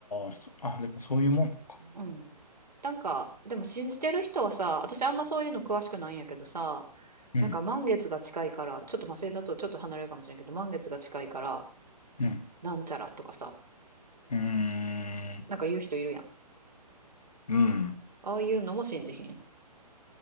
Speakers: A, on the left; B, on the right.
A: そあ、でもそういうもんか。
B: うん。なんか、でも信じてる人はさ、私あんまそういうの詳しくないんやけどさ、
A: うん。
B: なんか満月が近いからちょっとまあ星座とちょっと離れるかもしれんけど満月が近いから
A: うん。
B: なんちゃらとかさ
A: うーん。
B: なんか言う人いるやん
A: うん。
B: ああいうのも信じひん